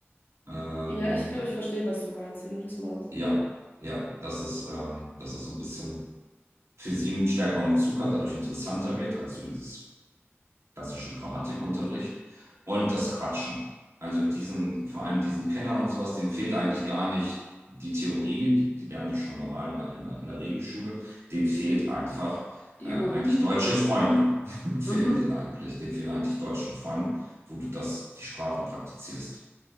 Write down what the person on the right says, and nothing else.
Ähm,
ja, ja, das ist, ähm, das ist so ein bisschen für sie einen stärkeren Bezug hat, dadurch interessanter wird als so dieses klassische Grammatikunterricht. Und das Quatschen. Also diesen, vor allem diesen Kennern und sowas, denen fehlt eigentlich gar nicht die Theorie, die, die lernen die schon normal in der, in der, in der Regelschule, denen fehlt einfach
äh, eigentlich
deutsche Freunde. <laughs> fehlen
denen eigentlich, denen fehlen eigentlich deutschen Freunden, wo du das, die Sprache praktizierst.